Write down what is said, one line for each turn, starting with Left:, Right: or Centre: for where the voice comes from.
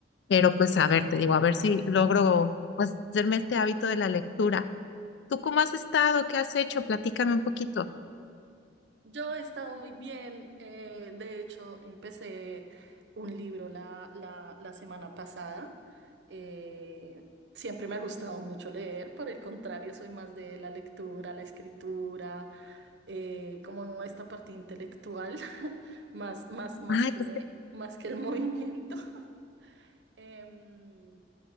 Left: pero pues a ver,
Right: Ujú.
Left: te digo, a ver si logro pues, hacerme este hábito de la lectura. ¿Tú cómo has estado? ¿Qué has hecho? Platícame un poquito.
Right: Yo he estado muy bien. eh, de hecho, empecé un libro la, la- la semana pasada. eh, siempre me ha gustado mucho leer. Por el contrario, soy más de la lectura, la escritura, eh, como esta parte intelectual, <laughs> más, más, más
Left: Ay,
Right: que,
Left: pues
Right: más que el movimiento. <laughs> Em,